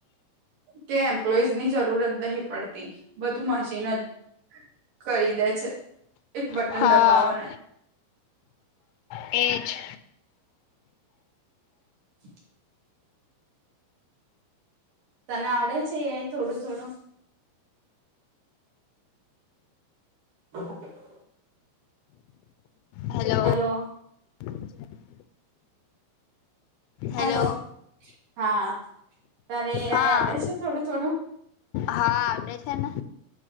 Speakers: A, on the right; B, on the left.
A: કે એમ્પ્લોઇઝ ની જરૂર જ નહિ પડતી. બધું મશીન જ કરી દે છે. એક બટન
B: હા,
A: દબાવો ને
B: એજ.
A: <unintelligible> તને આવડે છે એ આઈ થોડું ઘણું? હ
B: હાલ
A: હાલો.
B: <inaudible>
A: હાલો,
B: હેલો
A: હા તને એ
B: હા
A: આઇ આવડે છે થોડું થોડું?
B: હા આવડે છે ને.